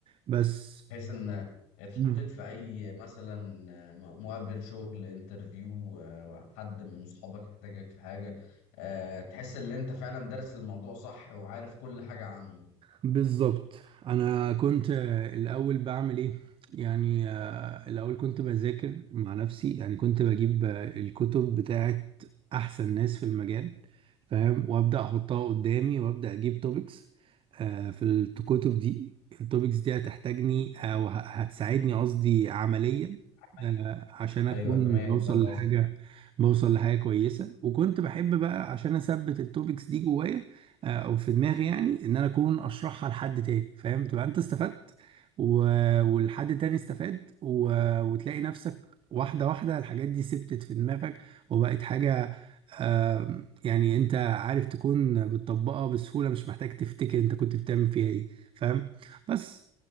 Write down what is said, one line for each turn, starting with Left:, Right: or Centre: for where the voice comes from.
Right: بس
Left: بحيث ان اتحطيت
Right: مم.
Left: في اي مثلا مقابلة شغل انترفيو حد من صحابك يحتاجك في حاجة آه، تحس ان انت فعلا دارس الموضوع صح وعارف كل حاجة عنه
Right: بالظبط انا كنت آه، الاول بعمل ايه يعني آه، الاول كنت بذاكر مع نفسي يعني كنت بجيب آه، الكتب بتاعت احسن ناس في المجال فاهم وابدا احطها قدامي وابدا اجيب توبكس في الكتب دي التوبكس دي هتحتاجني او ه- هتساعدني قصدي عمليا
Left: عملية
Right: آه، عشان اكون
Left: ايوه تمام
Right: بوصل
Left: فاهم
Right: لحاجه
Left: قصدك.
Right: بوصل لحاجه كويسه وكنت بحب بقى عشان اثبت التوبكس دي جوايا آه، او في دماغي يعني ان انا اكون اشرحها لحد تاني فاهم تبقى انت استفدت و... والحد تاني استفاد و... وتلاقي نفسك واحدة واحدة الحاجات دي ثبتت في دماغك وبقت حاجة آم، يعني انت عارف تكون بتطبقها بسهولة مش محتاج تفتكر انت كنت بتعمل فيها ايه فاهم بس